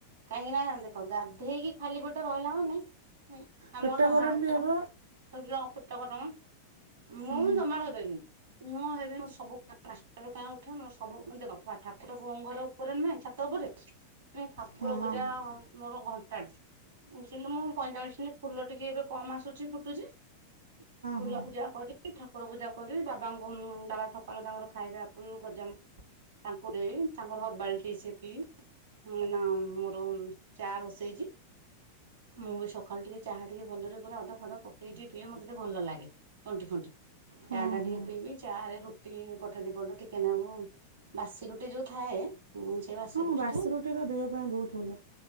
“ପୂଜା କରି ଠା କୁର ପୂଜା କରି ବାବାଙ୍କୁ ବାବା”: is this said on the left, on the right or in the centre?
Right